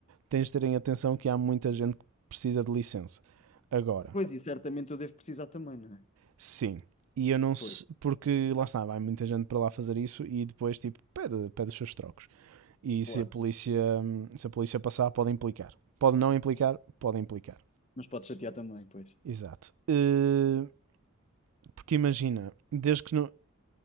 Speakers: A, on the right; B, on the left.
A: tens de terem atenção que há muita gente que precisa de licença. Agora,
B: pois e certamente eu devo precisar também, não é?
A: sim. E eu não sei,
B: Pois,
A: porque lá está, vai muita gente para lá fazer isso e depois, tipo, pede, pede os seus trocos. E
B: claro.
A: se a polícia, se a polícia passar, pode implicar. Pode não implicar, pode implicar.
B: Mas pode chatear também, pois.
A: Exato. Uh, porque imagina, desde que não,